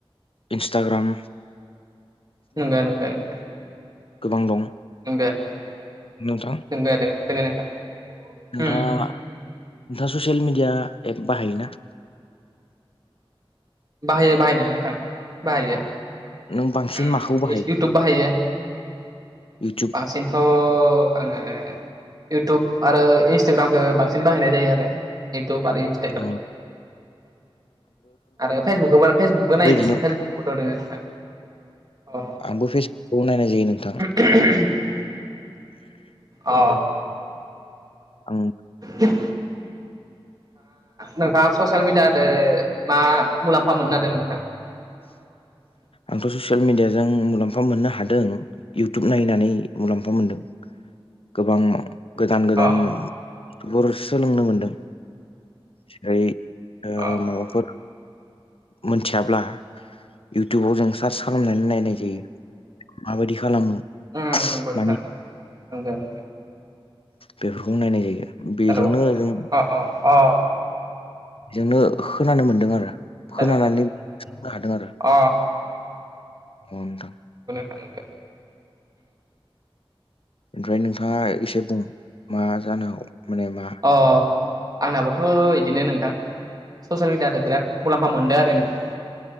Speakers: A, on the left (about 70°); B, on the right (about 40°).
A: इन्स्टाग्राम
B: नुंगो नुंगो नुंगो
A: गोबां दं।
B: नुंगो नुंगो
A: नोंथां
B: दोङो दोङो नोंथां।
A: नोंथाङा
B: उम उम
A: नोंथाङा ससियेल मिडिया एप बाहायोना?
B: बाहायो बाहायनाया नोंथां बाहायो।
A: नों बांसिन
B: उम
A: माखौ बाहायो
B: एस इटुब बाहायो
A: इउटुब
B: बांसिन अ आङो इउटुब आरो इन्सटाग्रामखौ बांसिन बाहायनाय जायो आरो इउटुब आरो इन्स
A: औ।
B: आरो फेसबुकखौ ब फेसबुकबो
A: बेबायदिनो
B: नायो नोंथो फेसबुकखौथ' नोंथां। अ
A: आंबो फेसबुक खौ नायनाय जायो नोंथाङा।
B: <inaudible> अ।
A: आं
B: नों नोंथाङा ससियेल मिडियादो मा मुलाम्फा मोनदों हादों नोंथां? <inaudible>
A: आंथ' ससियेल मिडियाजों मुलाम्फा मोननो हादों। इउटुब नायनानै मुलाम्फा मोनदों गोबां। गोदान गोदानफोर
B: अ
A: सोलोंनो मोनदों जेरै
B: अ
A: माबाफोर मोनथियाब्ला इउटुबाव जों सार्च खालामनानै नायनाय जायो माबायदि खालामो।
B: उम नंगौ नोंथां
A: माने
B: नुंगो
A: बेफोरखौ नायनाय जायो बेजोंनो
B: हेलौ
A: जों।
B: अ अ अ
A: बेजोंनो खोनानो मोनदों आरो खोनानानै
B: हेलौ
A: संनो हादों आरो।
B: अ।
A: अ दा।
B: थांगो
A: ओमफ्राय नोंथाङा एसे बुं मा जागौ माने मा
B: अ आंनाबोथ' बिदिनो नोंथां। ससियेल मिडियाथ बिराद मुलाम्फा मोनदों आरो नोंथां।